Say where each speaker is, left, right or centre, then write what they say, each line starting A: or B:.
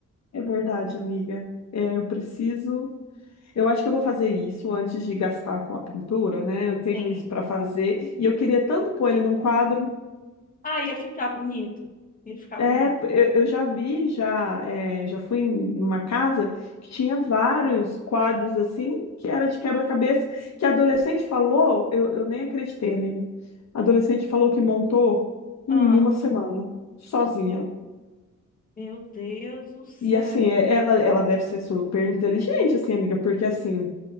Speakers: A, on the left; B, on the left.
A: é verdade, amiga. É, eu preciso. Eu acho que eu vou fazer isso antes de gastar com a pintura, né? Eu tenho
B: Sim.
A: isso para fazer e eu queria tanto pôr ele num quadro.
B: Ah, ia ficar bonito. Ia ficar
A: É,
B: bonito.
A: eu, eu já vi, já, é, já fui em numa casa que tinha vários quadros assim, que era de quebra-cabeça, que a adolescente falou, eu, eu nem acreditei, amiga. A adolescente falou que montou em
B: Ah,
A: uma semana, sozinha.
B: meu Deus do céu.
A: E assim, é- ela, ela deve ser super inteligente, assim, amiga, porque assim,